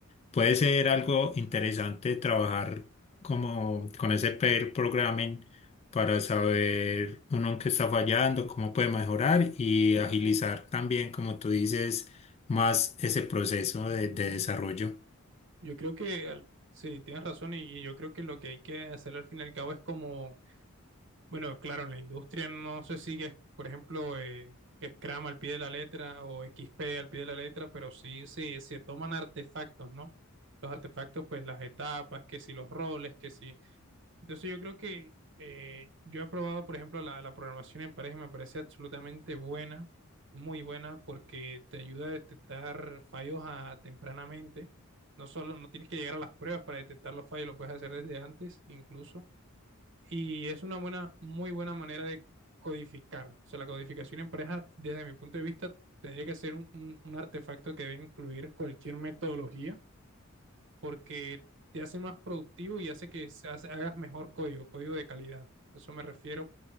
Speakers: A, on the left; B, on the right.
A: Puede ser algo interesante trabajar como con ese pair programming para saber uno en qué está fallando, cómo puede mejorar y agilizar también, como tú dices, más ese proceso de de desarrollo.
B: Yo creo que al- sí, tienes razón y, y yo creo que lo que hay que hacer al fin y al cabo es como Bueno, claro, en la industria no se sigue, por ejemplo, eh, Scrum al pie de la letra o X P al pie de la letra, pero sí, sí se toman artefactos, ¿no? Los artefactos, pues las etapas, que si los roles, que si. Entonces yo creo que eh, yo he probado, por ejemplo, la, la programación en pareja y me parece absolutamente buena, muy buena, porque te ayuda a detectar fallos a- tempranamente. No solo no tienes que llegar a las pruebas para detectar los fallos, lo puedes hacer desde antes incluso y es una buena, muy buena manera de codificar. O sea, la codificación en pareja, desde mi punto de vista, tendría que ser un, un, un artefacto que debe incluir cualquier metodología porque te hace más productivo y hace que se hace- hagas mejor código, código de calidad. Eso me refiero.